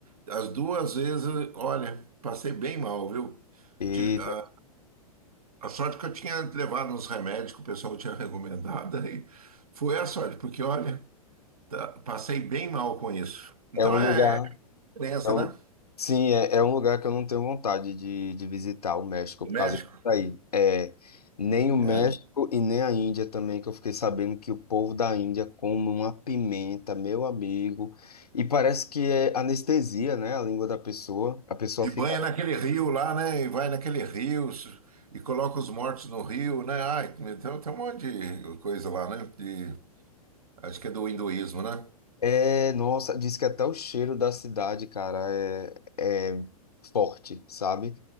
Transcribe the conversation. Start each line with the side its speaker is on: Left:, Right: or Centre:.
Right: As duas vezes, olha, passei bem mal, viu?
Left: Eita.
Right: Ti- A, a sorte que eu tinha levado uns remédios que o pessoal tinha <laughs> recomendado, aí foi a sorte, porque olha. Tá, Passei bem mal com isso. Então
Left: É um lugar.
Right: é é diferença,
Left: É um,
Right: né?
Left: sim, é, é um lugar que eu não tenho vontade de, de visitar o México
Right: O
Left: por
Right: México.
Left: causa disso aí. É, nem o México
Right: É.
Left: e nem a Índia também, que eu fiquei sabendo que o povo da Índia come uma pimenta, meu amigo. E parece que é anestesia, né? A língua da pessoa. A pessoa
Right: E
Left: fica.
Right: banha naquele rio lá, né? E vai naquele rio s- e coloca os mortos no rio, né? Ai, então tem um monte de coisa lá, né? De, acho que é do hinduísmo, né?
Left: É, nossa, diz que até o cheiro da cidade, cara, é, é forte, sabe?